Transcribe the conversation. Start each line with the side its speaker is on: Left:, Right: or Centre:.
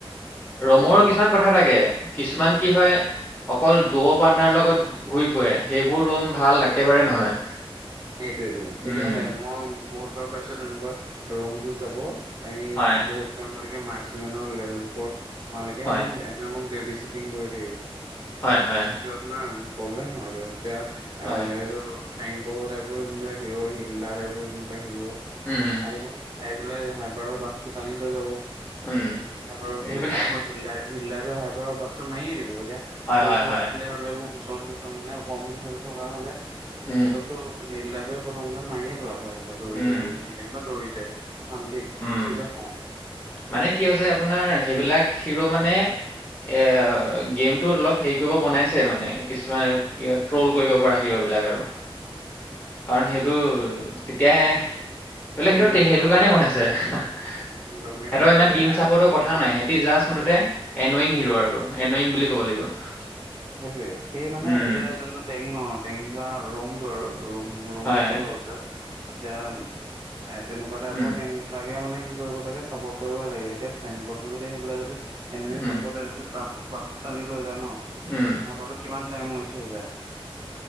Left: ৰমৰো
Right: যদি
Left: কিছুমান কথা থাকে কিছুমান
Right: সেইটোৱে
Left: কি হয় অকল দুও পাৰ্টনাৰ লগত ঘূৰি ফুৰে সেইবোৰ ৰুম ভাল একেবাৰে নহয়।
Right: এইটোৱেটো এতিয়া
Left: উম
Right: মই বহুতবাৰ পাইছোঁ তেনেকুৱা ৰোমটো যাব। এই
Left: হয়
Right: বহুত টাইমলৈকে মাৰ্কচিংঙমামৰ <unintelligible> লেভেলবোৰ নোহোৱালৈকে
Left: হয়
Right: মানে এনে কাৰণে মোক বেবি চিটিং কৰি থাকিব।
Left: হয়, হয়।
Right: লুভনাম প্ৰব্লেম হয় তোৰ এতিয়া আ
Left: হয়
Right: হেৰী তোৰ ফ্ৰেঙ্ক সৌ টাইপৰ যোনবিলাক হিৰ' হিল্লা টাইপৰ যোনবিলাক হিৰ'।
Left: উম, উম।
Right: আহিব আহি পেলাই হাইবাৰৰ বাঘটো টানি থৈ যাব।
Left: উম।
Right: আকৌ
Left: সেইবিলাক
Right: আকৌ হিল্লাই হিল্লাইৰ হাইপাৰৰ বাঘটো মাৰিয়ে দিব এতিয়া।
Left: হয়
Right: সৰু-সুৰা
Left: হয় হয়
Right: থাকিলে হ'লেবোৰ গুচন চুচন মানে কম হেল থকা হ'লে
Left: উম
Right: হেইটো হিল্লাটোৱে প্ৰথমতে মাৰিয়ে পেলাব। অ', সিহঁত দৌৰি
Left: উম
Right: দৌৰিয়ে জানিৰ টাইমত চব দৌৰিছে শান্তিত চব
Left: উম
Right: দেখিলে খং উঠে।
Left: মানে কি হৈছে আপোনাৰ সেইবিলাক হিৰো মানে এ গেম টো অলপ হেৰি কৰিব বনাইছে মানে কিছুমান কি হয় ট্ৰল কৰিব পৰা হিৰ'বিলাক আৰু। কাৰণ সেইটো তেতিয়াহে সেইবিলাক
Right: ডমিনেট
Left: সেইটো তে সেইটো
Right: কৰিব
Left: কাৰণে
Right: পাৰ
Left: বনাইছে সিহঁতৰ
Right: ডমিনেট কৰিব
Left: ইমান
Right: এতিয়া
Left: টিম
Right: দা
Left: চাপৰ্টৰ কথা
Right: আহ,
Left: নাই সিহঁত তি জাষ্ট মুঠতে এনয়িং
Right: উম
Left: হিৰো আৰু এনয়িং বুলি ক'ব লাগিব।
Right: সেইটোয়ে, সেই মানে
Left: উম
Right: এতিয়া যোনটো টেং ন! টেং বা ৰমটো আৰু। ৰুম, ৰুম
Left: হয়
Right: হ'লেই হ'ল জাষ্ট। এতিয়া এ তেনেকুৱা টাইপৰ
Left: উম
Right: টেঙি লাগে মানে কি কৰিব লাগে, চাপৰ্ট কৰিব লাগে। এতিয়া ফ্ৰেঙ্ক কলটো যদি আহি পেলাই যদি এনয়িং
Left: উম
Right: ফ্ৰেঙ্কটো যদি টাফ, টাফটো টানি লৈ যায় ন!
Left: উম
Right: স্নাইপাৰটো কিমান টাইম ওৱেষ্ট হৈ যায়।